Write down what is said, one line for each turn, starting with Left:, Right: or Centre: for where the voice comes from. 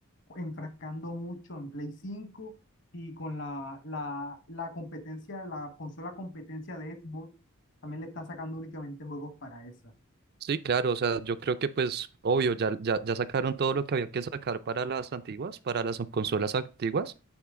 Left: enfrascando mucho en Play 5 y con la, la, la competencia, la consola competencia de Xbox, también le están sacando únicamente juegos para esa.
Right: Sí, claro, o sea, yo creo que pues obvio, ya, ya, ya sacaron todo lo que había que sacar para las antiguas, para las consolas antiguas,